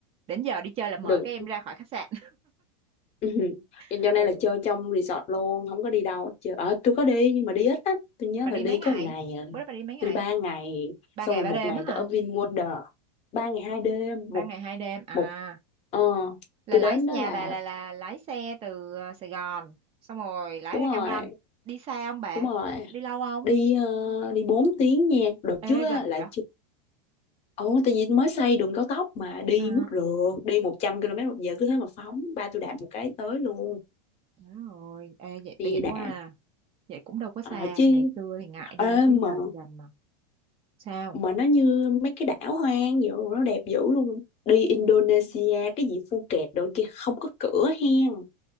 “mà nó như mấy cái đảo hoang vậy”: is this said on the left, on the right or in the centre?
Left